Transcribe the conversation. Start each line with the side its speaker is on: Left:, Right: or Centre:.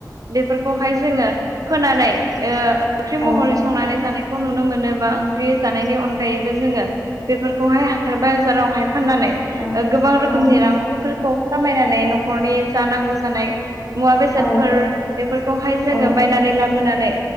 Right: बेफोरखौहाय जोङो फोनानै ओ ओंख्रि
Left: औ
Right: महरै संनानै जानाय खौ नुनो मोनो बा ओंख्रि जानायनि अनगायैबो जोङो बेफोरखौहाय हाथाय बाजारावहाय फाननानै
Left: औ
Right: गोबां रोखोमनि
Left: औ
Right: रांफोरखौ खामायनानै न'खरनि जानांगौ जानाय मुवा-बेसादफोर
Left: औ
Right: बेफोरखौहाय जोङो
Left: औ
Right: बायनानै लाबोनानै